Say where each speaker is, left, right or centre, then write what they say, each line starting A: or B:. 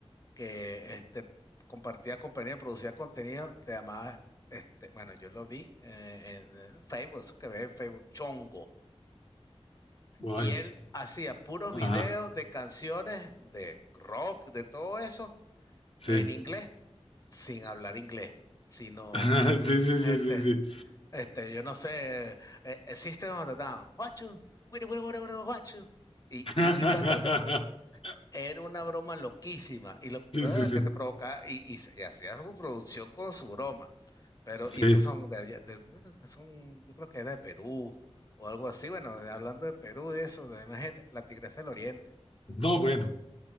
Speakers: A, on the left; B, on the left.
A: que este, compartía compañía, producía contenido, se llamaba, este, bueno, yo lo vi eh, en, en Facebook, eso que ve en Facebook, Chongo.
B: Guay.
A: Y él hacía puros
B: Ajá,
A: videos de canciones, de rock, de todo eso,
B: sí.
A: en inglés, sin hablar inglés, sino,
B: <laughs> Sí, sí, sí,
A: este,
B: sí, sí.
A: este, yo no sé, existe System of a Down, Watch you, wiri, wiri, wiri, watch you. Y,
B: <laughs>
A: y, y cantando, Era una broma loquísima y lo
B: Sí,
A: ah,
B: sí, sí.
A: que te provocaba y, y, y hacía su producción con su broma. Pero,
B: Sí.
A: y esos son de allá, de- eh, son, yo creo que era de Perú o algo así. Bueno, de- hablando de Perú, de eso, de, imagínate, la Tigresa del Oriente.
B: No, bueno.